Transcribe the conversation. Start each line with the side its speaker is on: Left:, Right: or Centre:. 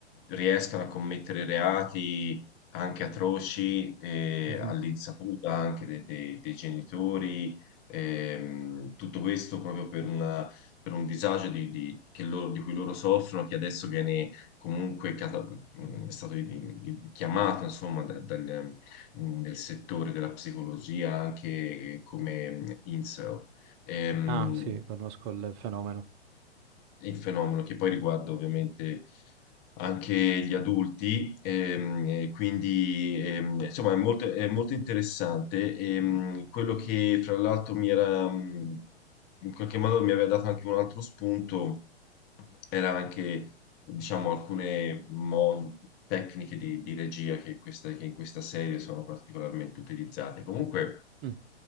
Left: riescano a commettere reati anche atroci, eh,
Right: Mhm.
Left: all'insaputa anche de- de- dei genitori Ehm, tutto questo proprio per una- per un disagio di, di- che loro- di cui loro soffrono, che adesso viene comunque cata- mh, è stato di- di- chiamato, insomma, da- dal, mh, del settore della psicologia anche eh, come mh, incel. Ehm,
Right: Ah, sì, conosco il fenomeno.
Left: il fenomeno che poi riguarda ovviamente anche gli adulti, ehm, e quindi ehm, insomma è molto, è molto interessante. ehm, quello che fra l'altro mi era mh, in qualche modo mi aveva dato anche un altro spunto era anche diciamo alcune mo- tecniche di, di regia che, questa- che in questa serie sono particolarmente utilizzate. Comunque.
Right: Mm.